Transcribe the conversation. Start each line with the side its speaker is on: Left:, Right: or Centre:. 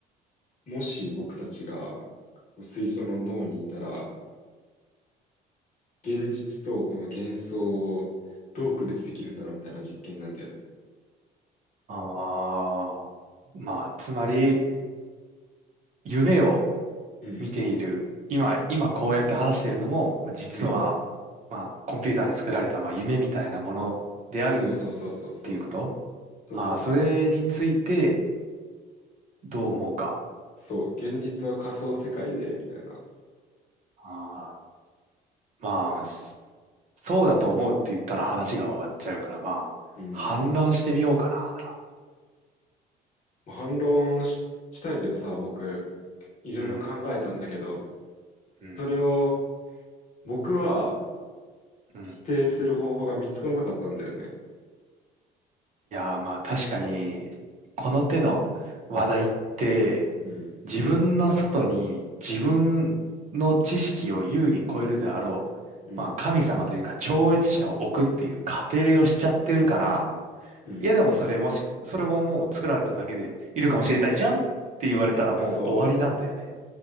Left: もし僕たちがこう水槽の脳にいたら、現実とこの幻想をどう区別できるんだろうみたいな実験なんだよね。
Right: ああ。まあ、つまり、夢を
Left: うん。
Right: 見ている。今、今こうやって話しているのも、まあ実は、
Left: うん。
Right: まあ、コンピューターに作られた、まあ、夢みたいなものであるっ
Left: そうそうそうそうそう。
Right: ていうこと。
Left: そうそうそうそうそうそう。
Right: ああ、それについてどう思うか。
Left: そう、現実は仮想世界で、みたいな。
Right: ああ、まあ、そうだと思うって言ったら話が終わっちゃうから、まあ、
Left: うん。
Right: 反論してみようかな、
Left: も
Right: なら。
Left: う反論し、したいけどさ、僕、いろいろ考えたんだけど、
Right: うん、うん、
Left: それを僕は
Right: うん。
Left: 否定する方法が見つからなかったんだよね。
Right: いやー、まあ確かに、この手の話題って、
Left: うん。
Right: 自分の外に自分の知識を優に超えるであろう、
Left: うん。
Right: まあ神様というか超越者を置くっていう仮定をしちゃってるから、
Left: うん。
Right: いやでもそれもし、それももう作られただけでいるかもしれないじゃんって言われたらもう終わりなんだよね。
Left: そ